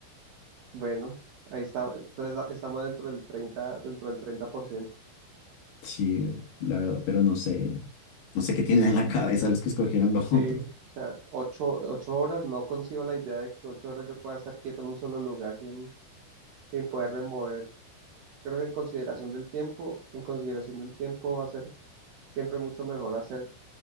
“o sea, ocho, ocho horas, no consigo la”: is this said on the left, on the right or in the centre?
Right